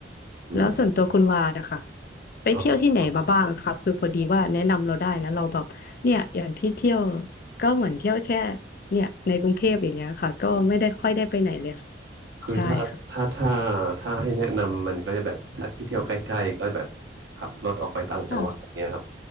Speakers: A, on the right; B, on the left.
A: อืม
B: แล้วส่วนตัวคุณวานะคะไปเที่ยวที่ไหนมาบ้างคะคือพอดีว่าแนะนำเราได้นะเราแบบเนี่ยอย่างที่เที่ยว
A: อ๋อ
B: ก็เหมือนเที่ยวแค่เนี่ยในกรุงเทพอย่างเงี้ยค่ะก็ไม่ได้ค่อยได้ไปไหนเลยค่ะ
A: อืมคือถ้าถ้าถ้า
B: ใช่ค่ะ
A: ถ้าให้แนะนำมันก็จะแบบถ้าที่เที่ยวใกล้ๆก็แบบขับรถออกไปต่างจังหวัดอย่างเงี้ยครับ
B: ค่ะ